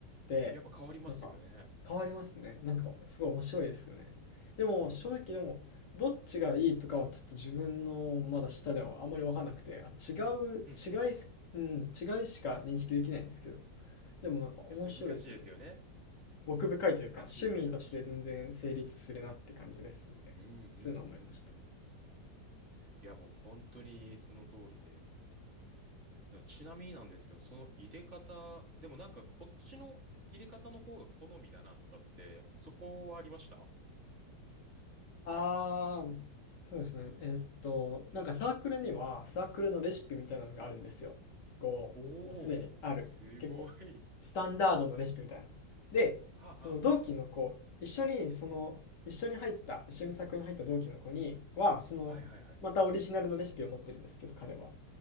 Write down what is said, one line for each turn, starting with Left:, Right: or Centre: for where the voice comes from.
Left: で、
Right: やっぱ変わりますよね。
Left: なんか、変わりますね。なんか、すごい面白いですよね。でも正直でもどっちがいいとかはちょっと自分のまだ下ではあんまり分かんなくてあ違う違いうん、
Right: うん。うん、うん、うん、うん。い
Left: 違いしか認識できないんですけどでもなんか面白いですね
Right: や、難しいですよね。
Left: 奥深いというか趣味として全然成立するなって感じですねそういうのを思いました
Right: 難しいけど面白い。うん、うん、うん、うん。いや、もう本当にその通りで。ちなみになんですけど、その入れ方、でもなんかこっちの入れ方の方が好みだなとかって、そこはありました
Left: あー、そうですね。えーっと、なんかサークルには、サークルのレシピみたいなのがあるんですよ。こう、
Right: おおー、
Left: もうすでにある、
Right: すごい。
Left: 結構、スタンダードのレシピみたいな。で、
Right: はあ、
Left: その同期の子、
Right: はあは
Left: 一緒に、その、一緒に入った、一緒にサークルに入った同期の子には、その、
Right: あ、はいはいはい。
Left: またオリジナルのレシピを持ってるんですけど、彼は。